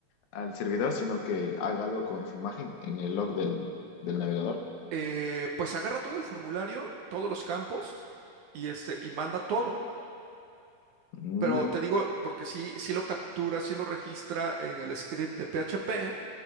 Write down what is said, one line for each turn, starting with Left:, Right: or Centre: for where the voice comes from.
Left: al servidor, sino que haga algo con esa imagen en el log del, del navegador.
Right: eh, pues agarra todo el formulario, todos los campos, y este, y manda todo.
Left: Mm,
Right: Pero te digo, porque sí, sí lo captura, sí lo registra en el script de PHP